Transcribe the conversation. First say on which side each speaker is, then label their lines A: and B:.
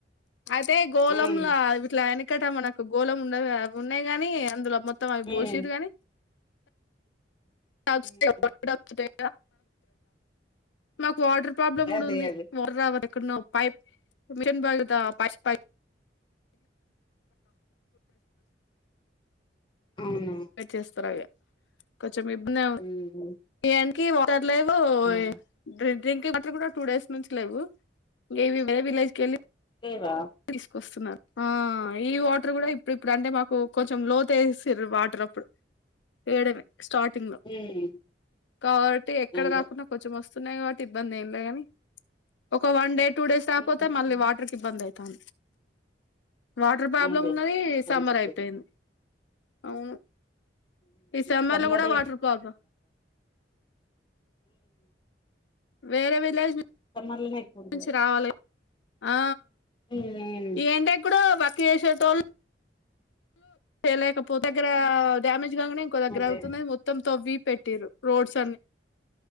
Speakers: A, on the left (about 85°); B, on the left (about 25°).
A: అయితే గోళంలా
B: ఉమ్
A: ఇట్లా వెనకట మనకు గోళం ఉండ కదా అవి ఉన్నాయి కానీ అందులో మొత్తం అవి బోషిర్
B: ఉమ్
A: గాని బ్
B: ఉమ్
A: <inaudible> కు వాటర్ ప్రాబ్లమ్ కూడా
B: అదే
A: ఉంది
B: అదే
A: వాటర్ రావ్ ఎక్కడో పైప్ మిన్ బాగుదా పైప్ పై
B: అవును
A: చేస్తారుా అవి చం ఇబ్బంది ఆవు
B: ఉమ్
A: ఇ ఏ కీ వా తర్లోవో
B: అవును
A: డ్రింక్ డ్రింకింగ్ వాటర్ కూడా టూ డేస్ నుంచి లేవు ఇకేవి వేరే విలేజ్ క వెళ్ళి
B: లేవా
A: తీసుకొస్తున్నారు ఆ ఈ వాటర్ కూడా ఇప్పుడు ఇప్పుడు అంటే మాకు కొంచెం లో తేసేసిరు వాటర్ అప్పుడు వేయడమే స్టార్టింగ్ లో
B: ఉమ్
A: కాబట్టి ఎక్కడ
B: అదే
A: దాకున్న కొంచెం వస్ సునే కాబట్టి ఇబ్బంది ఏ లే గాని ఒక వన్ డే టూ డేస్కపోతేళ్ళీ
B: ఉమ్
A: వాటర్కి ఇబంది అయి పం వాటర్ ప్రాబ్లమ్
B: అదే
A: ఉన్నది
B: ఇబ్బంది
A: సమ్మర్
B: అయితుంది
A: అయిపోయింది అవును ఈ సమ్మర్
B: సన్
A: లో
B: మరి
A: కూడా వాటర్ ప్రాబ్లం వేరే విలేజ్
B: సమ్మర్లనే ఎక్కువ ఉంటది
A: నుంచి రావాల ఆ
B: ఉమ్
A: ఏంటే కూడా వర్క్ చేసేటోళ్ళు చేయలేకపో దగ్గర డ్యామేజ్ కాగానే ఇంకో దగ్గర
B: అదే
A: అవుతున్నాయి మొత్తం తవ్వి పెట్టరు రోడ్స్ అన్ని